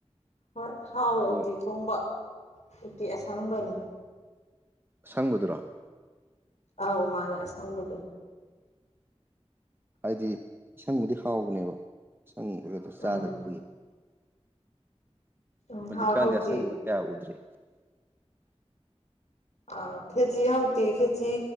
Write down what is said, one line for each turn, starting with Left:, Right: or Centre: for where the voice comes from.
Left: ꯍꯣꯏ ꯍꯥꯎꯋꯦ
Right: ꯑꯗꯣ
Left: ꯎꯇꯤ ꯊꯣꯡꯕ ꯎꯇꯤ ꯑꯁꯪꯕꯅꯤ
Right: ꯁꯪꯕꯗꯨꯔꯣ
Left: ꯑꯧ ꯃꯥꯅꯦ ꯑꯁꯪꯕꯗꯣ
Right: ꯍꯥꯏꯗꯤ ꯏꯁꯪꯕꯨꯗꯤ ꯍꯥꯎꯕꯅꯦꯕ ꯏꯁꯪꯕꯒꯗꯨ ꯆꯥꯗꯕ
Left: ꯎꯝ
Right: ꯀꯨꯏꯔꯦ
Left: ꯎꯝ
Right: ꯍꯧꯖꯤꯛꯀꯥꯟꯗꯤ
Left: ꯍꯥꯎ ꯍꯧꯖꯤꯛꯇꯤ
Right: ꯑꯁꯪꯕ ꯀꯌꯥ ꯎꯗ꯭ꯔꯤ
Left: ꯑ ꯈꯦꯆꯤ ꯍꯧꯇꯤ ꯈꯦꯆꯤ